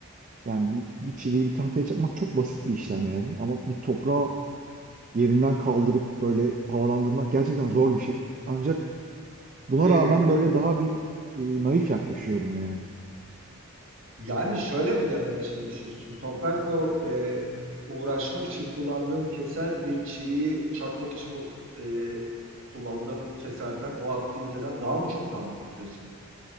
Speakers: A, on the right; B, on the right.
A: yani bir, bir çiviyi bir tahtaya çakmak çok basit bir işlem yani ama bir toprağı yerinden kaldırıp böyle havalandırmak gerçekten zor bir şey. Ancak buna
B: E,
A: rağmen
B: d-
A: böyle daha bir e, naif yaklaşıyor buna yani.
B: Yani şöyle mi demeye çalışıyorsun? Toprakla e, uğraşmak için kullandığım keser bir çiviyi çakmak için e, kullandığım keserden, o aktiviteden daha mı çok rahatlatıyor seni?